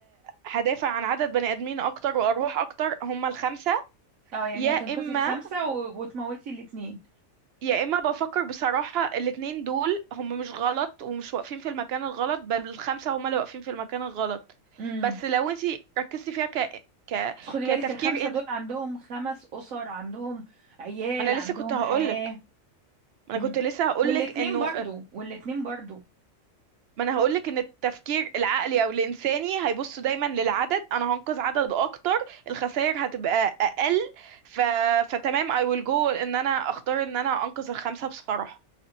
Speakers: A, on the right; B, on the right.
A: هدافع عن عدد بني ادمين اكتر وارواح اكتر هم الخمسه
B: اه يعني
A: يا
B: هتنقذي
A: اما
B: الخمسة و... وتموتي الاتنين
A: يا اما بفكر بصراحه الاتنين دول هم مش غلط ومش واقفين في المكان الغلط بل الخمسه هم اللي واقفين في المكان الغلط
B: امم
A: بس لو انتي ركزتي فيها ك... ك...
B: بس خدي
A: كتفكير
B: بالك الخمسة
A: انسان
B: دول عندهم خمس أسر عندهم عيال
A: ما انا
B: عندهم
A: لسه كنت هقولك
B: حياة
A: ما انا
B: امم
A: كنت لسه هقولك
B: والاتنين
A: انه
B: برضو والاتنين برضو
A: ما انا هقولك ان التفكير العقلي او الانساني هيبص دايما للعدد انا هنقذ عدد اكتر الخسائر هتبقى اقل ف... فتمام I will go ان انا اختار ان انا انقذ الخمسة بصراحة